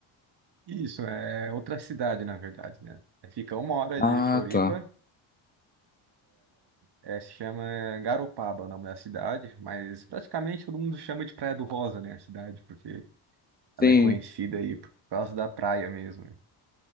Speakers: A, on the right; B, on the left.
A: Isso, é outra cidade, na verdade, né? É, Fica uma hora
B: Ah,
A: de Floripa,
B: tá.
A: é, é, se chama Garopaba, o nome da cidade, mas praticamente todo mundo chama de Praia do Rosa, né, a cidade, porque ela
B: Sim,
A: é conhecida aí por causa da praia mesmo. né?